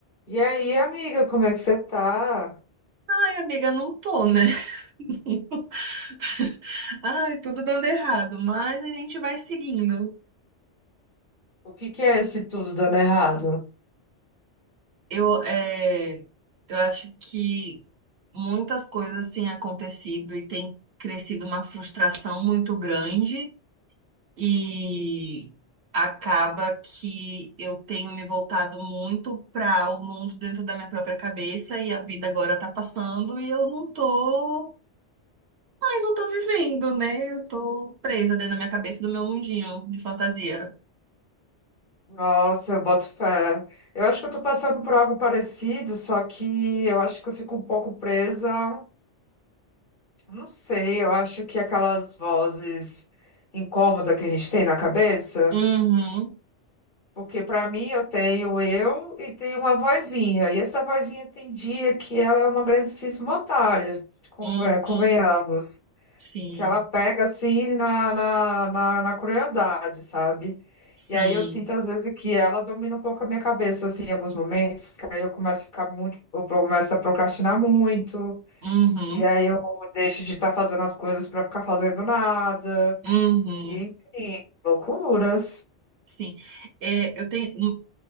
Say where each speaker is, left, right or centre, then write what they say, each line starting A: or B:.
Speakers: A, on the left; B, on the right.
A: E aí, amiga, como é que você tá?
B: Ai, amiga, não tô, né? <laughs> Ai, tudo dando errado, mas a gente vai seguindo.
A: O que que é esse tudo dando errado?
B: Eu, é, eu acho que muitas coisas têm acontecido e tem crescido uma frustração muito grande e acaba que eu tenho me voltado muito para o mundo dentro da minha própria cabeça e a vida agora tá passando e eu não tô Ai, não tô vivendo, né? Eu tô presa dentro da minha cabeça do meu mundinho de fantasia.
A: Nossa, eu boto fé. Eu acho que eu tô passando por algo parecido, só que eu acho que eu fico um pouco presa. Não sei, eu acho que aquelas vozes incômodas que a gente tem na cabeça,
B: Uhum,
A: porque pra mim eu tenho eu e tenho uma vozinha, e essa vozinha tem dia que ela é uma grandíssima otária, conven-
B: uhum,
A: convenhamos.
B: sim,
A: que ela pega assim na, na, na, na crueldade, sabe?
B: sim,
A: E aí eu sinto às vezes que ela domina um pouco a minha cabeça, assim, em alguns momentos, que aí eu começo a ficar muito, eu começo a procrastinar muito,
B: uhum,
A: e aí eu deixo de estar fazendo as coisas para ficar fazendo nada,
B: uhum,
A: e enfim, loucuras.
B: sim. É, eu tenho, hum,